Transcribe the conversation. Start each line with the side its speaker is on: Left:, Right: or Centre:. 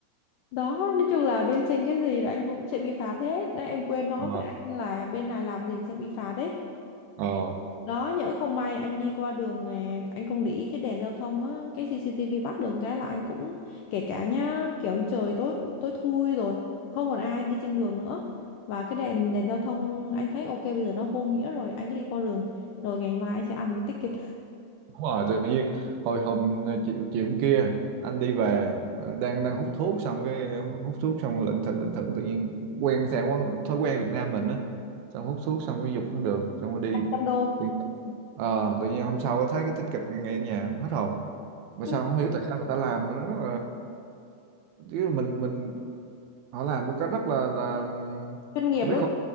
Left: đó nói chung là bên sinh cái gì là anh cũng sẽ bị phạt hết đấy em quên nói
Right: Ờ.
Left: với anh là bên này làm gì cũng sẽ bị phạt đấy
Right: Ờ.
Left: đó nhỡ không may anh đi qua đường mà anh không để ý cái đèn giao thông á cái CCTV bắt được cái là anh cũng kể cả nhá kiểu trời tối tối thui rồi không còn ai đi trên đường nữa và cái đèn đèn giao thông anh thấy ok bây giờ nó vô nghĩa rồi anh cứ đi qua đường rồi ngày mai anh sẽ ăn một cái ticket
Right: Đúng rồi, tự nhiên hồi hôm chiều, chiều hôm kia anh đi về ờ, đang đang hút thuốc xong cái hút thuốc xong lững thững lững thững tự nhiên quen theo quán, thói quen Việt Nam mình á xong hút thuốc xong cái dục xuống đường xong rồi đi
Left: trăm đô
Right: Tự- ờ, tự nhiên hôm sau thấy cái tích kịch ngay ở nhà hết hồn mà
Left: Ừ,
Right: sao không hiểu tại sao người ta làm nữa chứ mình mình họ làm một cách rất là là
Left: chuyên nghiệp
Right: không biết
Left: đúng
Right: không